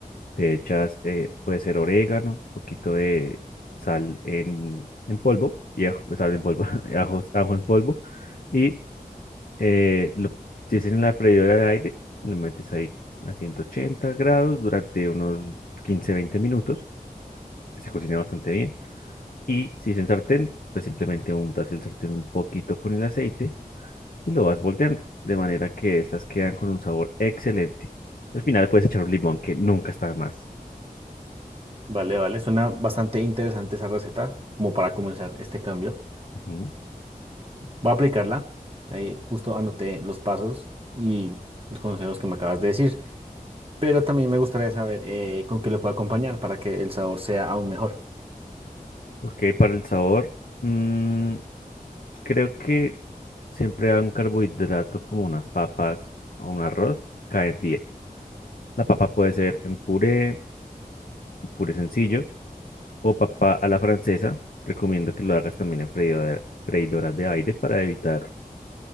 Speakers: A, on the left; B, on the right.
A: le echas, eh, puede ser orégano, un poquito de sal en, en polvo, y ajo- sal en polvo, <laughs> ajos- ajo en polvo, y eh, lo- si es en la freidora de aire, lo metes ahí a 180 grados durante unos quince veinte minutos, que se cocina bastante bien. Y si es en sartén, pues simplemente untas el sartén un poquito con el aceite y lo vas volteando, de manera que estas quedan con un sabor excelente. Al final puedes echar un limón, que nunca está de más.
B: Vale, vale, suena bastante interesante esa receta, como para comenzar este cambio.
A: Ujú.
B: Voy a aplicarla. Ahí justo anoté los pasos y los consejos que me acabas de decir. pero también me gustaría saber eh, con qué lo puedo acompañar para que el sabor sea aún mejor,
A: Ok, para el sabor, mm, creo que siempre a un carbohidrato como unas papas o un arroz cae bien. La papa puede ser en puré, puré sencillo o papa a la francesa. Recomiendo que lo hagas también en freidora- freidoras de aire para evitar